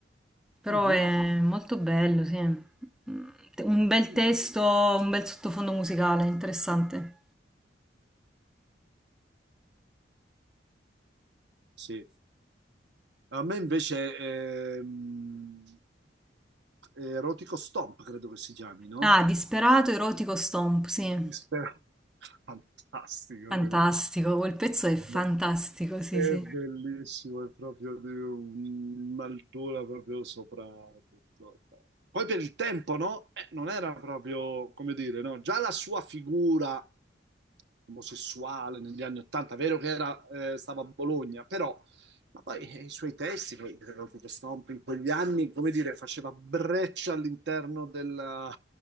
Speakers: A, in the centre; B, on the right.
A: Però
B: Mhm.
A: è molto bello, sì. Mm, te- Un bel testo,
B: Io lo so.
A: un bel sottofondo musicale, interessante.
B: Sì. A me invece ehm, Erotico Stomp, credo che si chiami, no?
A: Ah, Disperato Erotico Stomp, sì.
B: Mister- <laughs> Fantastico
A: Fantastico,
B: quello.
A: quel pezzo è fantastico,
B: Ma
A: sì,
B: è
A: sì.
B: bellissimo, è proprio di un'altura proprio sopra tutto. Poi per il tempo, no? Eh, non era proprio, come dire, no? Già la sua figura omosessuale negli anni Ottanta, vero che era, eh, stava a Bologna, però ma poi eh, i suoi testi, poi credo che Stomp in quegli anni, come dire, faceva breccia all'interno della,